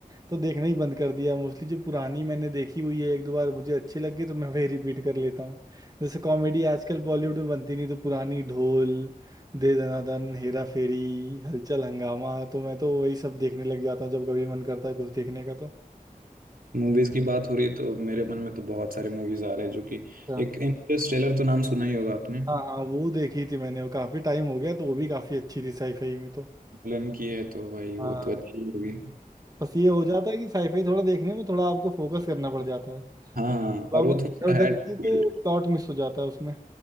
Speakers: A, on the right; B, on the right.
A: तो देखना ही बंद कर दिया मोस्टली जो पुरानी मैंने देखी हुई है एक दो बार मुझे अच्छी लग गई तो मैं वही रिपीट कर लेता हूँ जैसे कॉमेडी आजकल बॉलीवुड में बनती नहीं तो पुरानी ढोल दे दनादन हेरा फेरी हलचल हंगामा तो मैं तो वही सब देखने लग जाता हूँ जब कभी मन करता है कुछ देखने का तो
B: मूवीज की बात हो रही है तो मेरे मन में तो बहुत सारे मूवीज आ रहे हैं जो कि
A: अच्छा,
B: एक इंटरस्टेलर तो नाम सुना ही होगा आपने
A: हाँ हाँ वो देखी थी मैंने वो काफी टाइम हो गया तो वो भी काफी अच्छी थी साईफाई में तो
B: नोलन की है तो भाई वो
A: हाँ
B: तो अच्छी ही होगी
A: बस ये हो जाता है कि साईफाई थोड़ा देखने में थोड़ा आपको फोकस करना पड़ जाता है
B: हाँ
A: थोड़ा
B: हाँ और
A: बहुत
B: वो
A: इधर
B: थोड़ा सा
A: उधर
B: है difficult,
A: होते हैं तो प्लॉट मिस हो जाता है उसमें